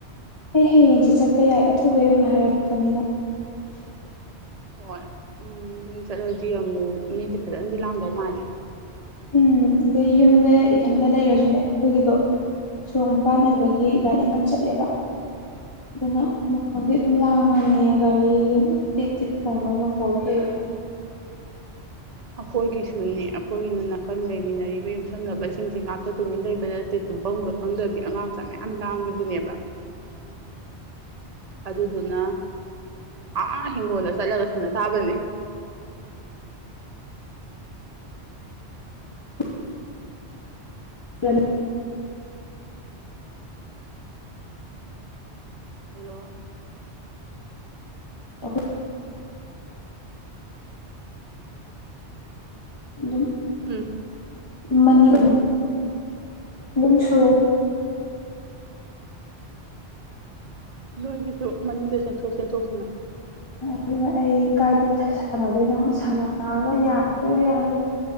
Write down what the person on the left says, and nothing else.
ꯑꯩ ꯍꯌꯦꯡꯁꯦ ꯆꯠꯄ ꯌꯥꯏ ꯑꯊꯨꯕꯩ ꯑꯣꯏꯅ ꯍꯥꯏꯔꯛꯄꯅꯤꯅ
ꯎꯝ ꯑꯗꯩ ꯌꯨꯝꯗ ꯏꯊꯟꯗ ꯂꯩꯔꯁꯨꯅꯦ ꯑꯩꯈꯣꯏꯒꯤꯗꯣ ꯁꯣꯔꯣꯡꯄꯥꯟ ꯑꯣꯏꯕꯒꯤ
ꯒꯥꯔꯤ ꯌꯥꯝ ꯆꯠꯂꯦꯕ ꯑꯗꯨꯅ
ꯃꯈꯣꯟꯗꯤ ꯁ ꯂꯥꯡꯉꯅꯤ ꯒꯥꯔꯤ ꯇꯤꯠ ꯇꯤꯠ ꯈꯣꯡꯕꯩ ꯃꯈꯀꯣꯜ ꯀꯩꯣ
<inaudible>
ꯑꯣꯣꯏ ꯑꯗꯨꯝ
ꯃꯅꯤꯡ ꯄꯨꯡ ꯁꯣꯔꯣꯛ
ꯑꯗꯨꯅ ꯑꯩ ꯀꯥꯏꯗ ꯁꯥꯟꯅꯗꯣꯏꯅꯣꯣꯏ ꯁꯥꯟꯅꯕ ꯌꯥꯗꯣꯏꯔꯥ ꯌꯥꯔꯣꯏ